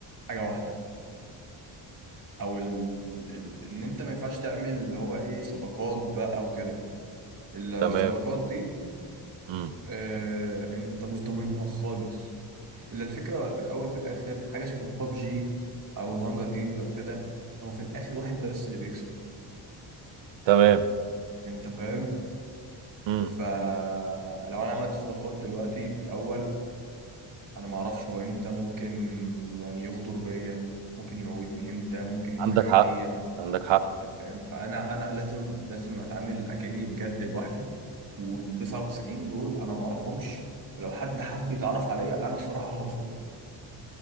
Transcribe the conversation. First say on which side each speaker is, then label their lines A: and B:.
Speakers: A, on the right (about 40°); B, on the right (about 65°).
A: حاجه واحده او ال... ال... ان انت ما ينفعش تعمل اللي هو ايه صداقات بقى وكده الصداقات
B: تمام
A: دي
B: امم
A: أه... انت مش ضامنها خالص الا الفكره في الاول في الاخر حاجه شبه ببجي او الهانجر جيمز او كده هو في الاخر واحد بس اللي بيكسب
B: تمام
A: انت فاهم
B: امم
A: فلو انا عملت صداقات دلوقتي في الاول انا ما اعرفش هو امتى ممكن يعني يغدر بيا ممكن يموتني امتى ممكن يضحك
B: عندك
A: عليا
B: حق عندك حق
A: انت فاهم فانا انا لازم لازم اتعامل اكني بجد لوحدي وال 99 دول انا ما اعرفهمش ولو حد حب يتعرف عليا انا الصراحه هرفض